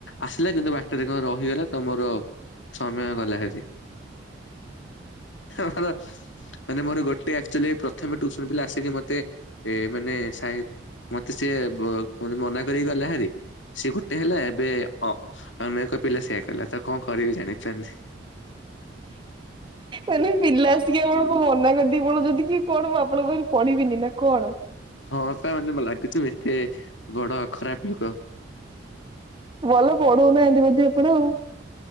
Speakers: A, on the left; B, on the right.
A: ଆସିଲା କିନ୍ତୁ ବାଟରେ କଣ ରହିଗଲା। ତ ମୋର ସମୟ ଗଲା ହେରି। ମୋର ମାନେ ମୋର ଗୋଟେ ଟେ ଆଚ୍ୟାୁଲି ପ୍ରଥମେ ଟୁସନ ପିଲା ଆସିକି ମତେ ମାନେ ସହି ମତେ ସିଏ ବ ମନା କରିକି ଗଲା ହେରି। ସିଏ ଗୋଟେ ହେଲା ଏବେ ଅ ଅନେକ ପିଲା ସେଇୟଆ କଲା ତ କଣ କରିବି ଜାଣିପାରୁନି । <unintelligible>
B: ମାନେ ପିଲା ଟିକେ ଆପଣ ମନା କରିଦେଇକି ପଲାଉଚନ୍ତି କି କଣ ମୁଁ ଆପଣଙ୍କ ପାଖ ପଢିବିନି ନା କଣ?
A: ହଁ ତା ମାନେ ଲାଗୁଚି ଏତେ ବଡ ଖରାପ ଲୋକ
B: ଭଲ ପଢୋଉନାହାନ୍ତି ବୋଧେ ଆପଣ ଆଉ